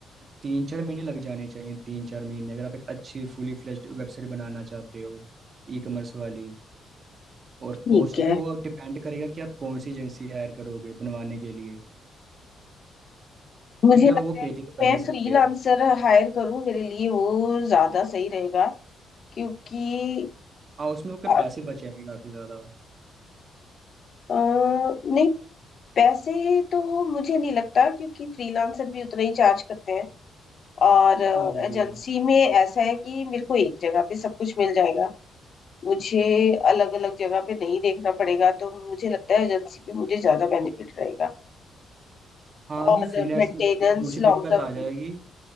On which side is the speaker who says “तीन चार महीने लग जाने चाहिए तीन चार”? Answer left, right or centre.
Right